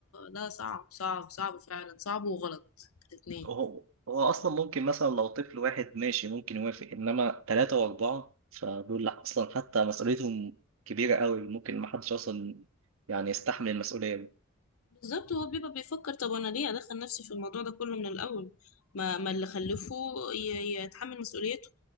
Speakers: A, on the left; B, on the right.
A: ده صعب صعب صعب فعلا صعب وغلط الاتنين
B: هو هو أصلا ممكن مثلا لو طفل واحد ماشي ممكن يوافق إنما ثلاثة وأربعة فدول أصلا حتى مسؤوليتهم كبيرة قوي ممكن ما حدش أصلا يعني يستحمل المسؤولية دي
A: بالظبط هو بيبقى بيفكر طب انا ليه ادخل نفسي في الموضوع ده كله من الاول ما ما اللي خلفه ي- يتحمل مسؤوليته